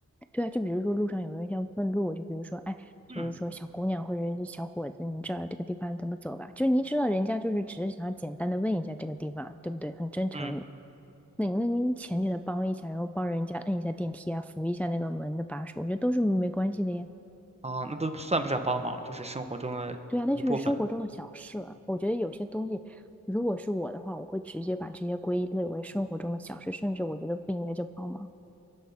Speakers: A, in the centre; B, on the right.
A: 对啊，就比如说路上有人要问路，就比如说，哎，就是说小姑娘或者是小伙子，
B: 嗯
A: 你这儿这个地方怎么走吧？就是你知道人家就是只是想要简单的问一下这个地方，对不对？很真诚的你，
B: 嗯。
A: 那你那您前给的帮一下，然后帮人家摁一下电梯啊，扶一下那个门的把手，我觉得都是没关系的呀。
B: 啊，那都算不上帮忙，就是生活中的一部分。
A: 对啊，那就是生活中的小事了。我觉得有些东西，如果是我的话，我会直接把这些归类为生活中的小事，甚至我觉得不应该叫帮忙。